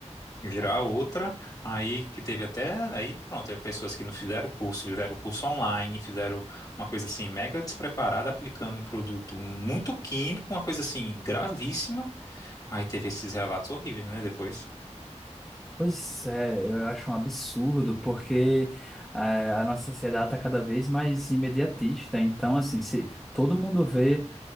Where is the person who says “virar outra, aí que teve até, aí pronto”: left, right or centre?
Left